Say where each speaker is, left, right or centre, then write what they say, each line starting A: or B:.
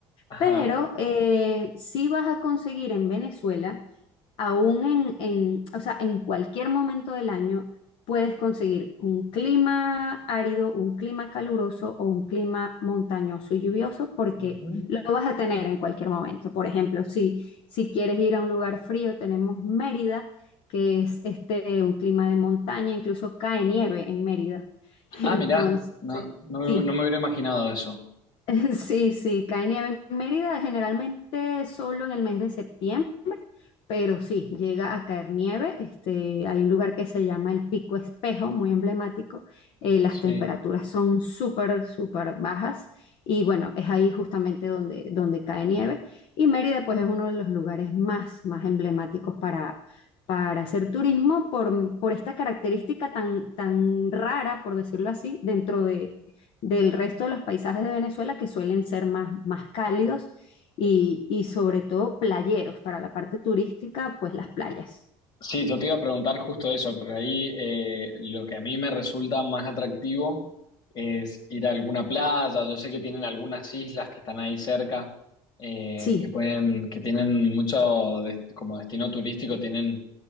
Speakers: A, on the left (about 50°); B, on the left (about 65°).
A: Ajá.
B: pero eh, sí vas a conseguir en Venezuela aún en, en, o sea, en cualquier momento del año puedes conseguir un clima árido, un clima caluroso o un clima montañoso y lluvioso porque
A: Ujú.
B: lo vas a tener en cualquier momento. Por ejemplo, si, si quieres ir a un lugar frío, tenemos Mérida, que es este, un clima de montaña, incluso cae nieve en Mérida. <laughs>
A: Ah,
B: Entonces,
A: mirá, no, no me,
B: sí,
A: no me hubiera imaginado eso.
B: <laughs> sí, sí, cae nieve en Mérida generalmente solo en el mes de septiembre pero sí, llega a caer nieve. Este, hay un lugar que se llama el Pico Espejo, muy emblemático. Eh, las
A: Sí.
B: temperaturas son súper, súper bajas y bueno, es ahí justamente donde, donde cae nieve. Y Mérida pues es uno de los lugares más, más emblemáticos para, para hacer turismo por, por esta característica tan, tan rara, por decirlo así, dentro de, del resto de los paisajes de Venezuela que suelen ser más, más cálidos y, y sobre todo playeros para la parte turística, pues las playas.
A: Sí, yo te iba a preguntar justo eso, por ahí eh, lo que a mí me resulta más atractivo es ir a alguna playa, yo sé que tienen algunas islas que están ahí cerca, eh,
B: Sí,
A: que pueden, que tienen mucho, des- como destino turístico, tienen,